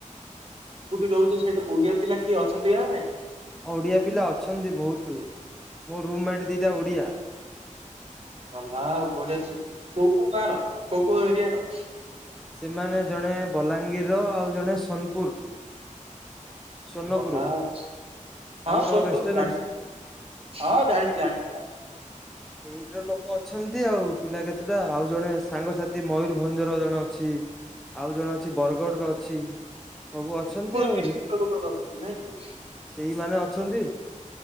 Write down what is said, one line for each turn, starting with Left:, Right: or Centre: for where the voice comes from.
Right: ରହୁଛ ସେଇଟା ଓଡିଆ ପିଲା କିଏ ଅଛନ୍ତି ନାଆଁ?
Centre: ଓଡିଆ ପିଲା ଅଛନ୍ତି ବହୁତ ମୋ ରୁମମେଟ୍ ଦିଟା ଓଡିଆ।
Right: ଭଲ ଆଉ ବଡିଆ ଶୁ କୋଉ କୋଉ ଗାଁର କୋଉ କୋଉ ଏରିଆ ର?
Centre: ସେମାନେ ଜଣେ ବଲାଙ୍ଗୀର ଆଉ ଜଣେ ସୋନପୁର। ସୋନପୁର
Right: ଗଲା ଆଉ। ହଁ
Centre: ଆମର
Right: ସୋନପୁର
Centre: ୱେଷ୍ଟର୍ଣ
Right: ମୁଁ ଜାଣିଛି ହଁ ଜାଣିଛି ଜାଣିଛି ଜାଣି
Centre: ସେଇଟରେ ଲୋକ ଅଛନ୍ତି। ଆଉ ପିଲା କେତେଟା ଆଉ ଜଣେ ସାଙ୍ଗସାଥି ମୟୂରଭଞ୍ଜର ଜଣେ ଅଛି। ଆଉ ଜଣେ ଅଛି ବରଗଡ ର ଅଛି। ସବୁ ଅଛନ୍ତି ଆଉ
Right: ଡିଷ୍ଟ୍ରିକ୍ଟ ର ଗୋଟେ ଗୋଟେ ଅଛନ୍ତି ନାଇଁ କି?
Centre: ସେଇମାନେ ଅଛନ୍ତି।